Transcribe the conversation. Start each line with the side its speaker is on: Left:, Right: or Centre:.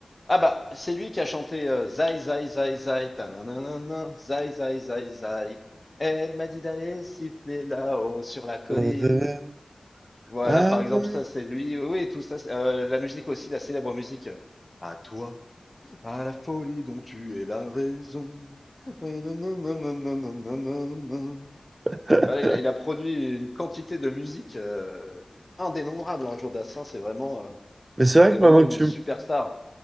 Left: ah, bah, c'est lui qui a chanté euh, Zai, Zai, Zai, Zai, tananana, Zai, Zai, Zai, Zai. Elle m'a dit d'aller siffler là-haut sur la colline.
Right: euh,
Left: Voilà,
Right: ah
Left: par
Right: ouais.
Left: exemple, ça, c'est lui. Oui, oui, tout ça. c'est- euh, la musique aussi, la célèbre musique. euh, à toi, à la folie dont tu es la raison. Nanananananananana.
Right: <laughs>
Left: Voilà, il a, il a produit une quantité de musique euh, indénombrable. Hein, Joe Dassin, c'est vraiment, euh,
Right: Mais c'est vrai
Left: c'est
Right: que
Left: vraiment
Right: maintenant
Left: une
Right: que tu.
Left: superstar.
Right: m-